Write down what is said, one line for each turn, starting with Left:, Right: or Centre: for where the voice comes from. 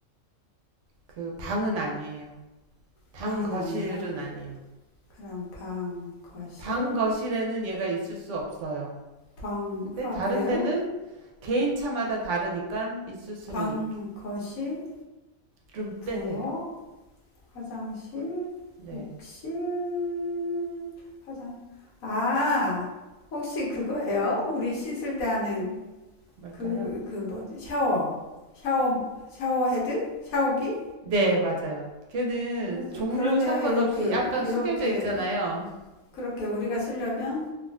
Right: 그 방은 아니에요. 방
Left: 방은
Right: 거실은
Left: 아니에요?
Right: 아니에요.
Left: 그럼 방, 거실,
Right: 방 거실에는 얘가 있을 수 없어요.
Left: 방,
Right: 근데
Left: 아,
Right: 다른
Left: 그래요?
Right: 데는 개인 차마다 다르니까 있을 수는
Left: 방,
Right: 있.
Left: 거실,
Right: 좀
Left: 부엌,
Right: 빼세요.
Left: 화장실,
Right: 네,
Left: 욕실, 화장. 아, 혹시 그거예요? 우리 씻을 때 하는
Right: 뭘까요?
Left: 그, 그 뭐지? 샤워. 샤워, 샤워 헤드? 샤워기?
Right: 네, 맞아요. 걔는
Left: 맞아요.
Right: 종류
Left: 그렇네요.
Right: 상관없이
Left: 이렇게,
Right: 약간
Left: 이렇게,
Right: 숙여져 있잖아요.
Left: 그렇게 우리가 쓰려면?